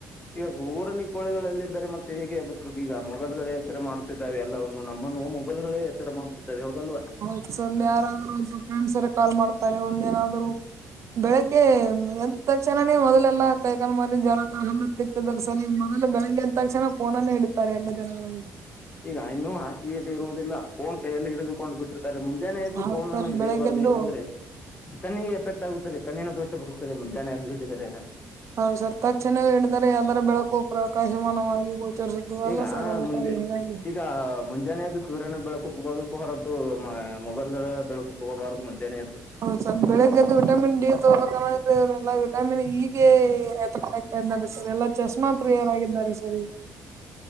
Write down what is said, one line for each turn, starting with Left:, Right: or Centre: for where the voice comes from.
Left: ಈವಾಗ ಊರಲ್ಲಿ ಕೋಳಿಗಳು ಎಲ್ಲಿದ್ದಾರೆ ಮತ್ತೆ ಹೇಗೆ ಎಬ್ಬಿಸ್ಬೇಕು ಈಗ ಮೊಬೈಲ್ ಗಳೇ ಎಚ್ಚರೆ ಮಾಡುತ್ತಿದ್ದಾವೆ ಎಲ್ಲನ್ನೂ ನಮ್ಮನ್ನು ಮೊಬೈಲ್ ಗಳೇ ಎಚ್ಚರ ಮಾಡ್ತಿದ್ದಾವೆ ಹೌದಲ್ವಾ
Right: ಆ ಸಲ್ ಯಾರಾದ್ರೂ ಒಂದು ಫ್ರೆಂಡ್ಸ್ ಎಲ್ಲಾ ಕಾಲ್ ಮಾಡ್ತಾರೆ ಒಂದು ಏನಾದ್ರು. ಬೆಳಿಗ್ಗೆ ಎದ್ದ್ ತಕ್ಷಣನೇ ಮೊದಲೆಲ್ಲಾ ಕೈ ಕಾಲು ಮಾರ ಜಳಕ್ ಹಾ ಸಿಕ್ತದರ್ ಸರ್ ಈಗ ಮೊದಲು ಬೆಳಗ್ಗೆ ಎಂತ ತಕ್ಷಣ ಪೋನನ್ನೇ ಹಿಡುತ್ತಾರೆ ಎಲ್ಲಾ ಜನಗಳು.
Left: ಈಗ ಇನ್ನೂ ಹಾಸಿಗೆಲ್ಲಿ ಇರುವುದಿಲ್ಲ ಪೋನ್ ಕೈಯಲ್ಲಿ ಹಿಡದುಕೊಂಡ್ ಬಿಟ್ಟಿರ್ ಸರ್ ಮುಂಜಾನೆ ಎದ್ದು
Right: ಹೌದು
Left: ಪೋನ್ನನ್ನೂ
Right: ಸರ್
Left: ಹಿಡಿಯಬಾರದು
Right: ಬೆಳಿಗ್ಗೆದ್ದು
Left: ಏಕೆಂದ್ರೆ ಕಣ್ಣಿಗೆ ಎಪ್ಕೇಟ್ ಆಗುತ್ತದೆ ಕಣ್ಣಿನ ದೋಷ ಬರುತ್ತದೆ ಮುಂಜಾನೆ ಎದ್ದು ಹಿಡಿದಿದ್ದಾರೆ ಎಲ್ಲಾನೂ.
Right: ಹೌದು ಸರ್ ತಕ್ಷಣವೇ ಹಿಡಿದ್ದಾರೆ ಯಾವ್ದಾರ ಬೆಳಕು ಪ್ರಕಾಶಮಾನವಾಗ ಗೋಚರಿಸುತ್ತದೆ ಅಲ್ಲ
Left: ಈಗ
Right: ಸರ್ ಅದಕ್ಕ್
Left: ಮುಂಜೆ
Right: ಹ <unintelligible>
Left: ಈಗ ಮುಂಜಾನೆ ಎದ್ದು ಸೂರ್ಯನ ಬೆಳಕು ತಗೋಬೇಕು ಹೊರತು ಮೊಬೈಲ್ ಗಳ ಬೆಳಕು ತಗೋಬಾರದು ಮುಂಜಾನೆ ಎದ್ದು
Right: ಹೌದು ಸರ್ ಬೆಳಿಗ್ಗೆ ಎದ್ದು ವಿಟಮಿನ್ ಡಿ ತಗೋಬೇಕಲ್ಲ ಇವರೆಲ್ಲಾ ವಿಟಮಿನ್ ಈ ಗೆ <unintelligible> ಎಂದಾರೆ ಸರ್ ಎಲ್ಲಾ ಚಸ್ಮಾ ಪ್ರಿಯರಾಗಿದ್ದಾರೆ ಸರ್ ಈಗ